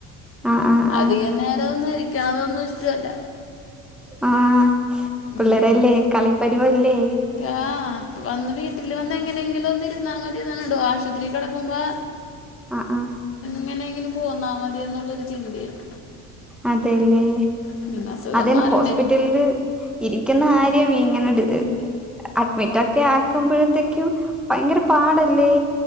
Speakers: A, in the centre; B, on the left (about 40°).
A: ആഹ് ആഹ്
B: അധികം
A: ആഹ്
B: നേരം അതൊന്നും ഇഷ്ടവല്ല
A: ആ
B: ഉം.
A: പിള്ളേരല്ലേ കളിപ്പരിവല്ലേ
B: ആ വന്ന് വീട്ടില് വന്ന് എങ്ങ. വീട്ടിൽ വന്നിരുന്ന മതിന്ന് പറഞ്ഞിട്ട് അശ്വതി കിടക്കുമ്പോ
A: അ ആ
B: അങ്ങനെ എങ്ങനെ പോന്നാ മതി എന്നുള്ളൊരു ചിന്തയാണ്
A: അതെല്ലേ
B: പിന്നെ അസുഖം
A: അതന്നെ
B: മാറണ്ടെങ്കിൽ
A: ഹോസ്പിറ്റലില് ഇരിക്കുന്ന കാര്യം ഇങ്ങനെ ഡ് അഡ്മിറ്റ് ഒക്കെ ആക്കുമ്പോഴത്തേക്കും ഭയങ്കര പാടല്ലേ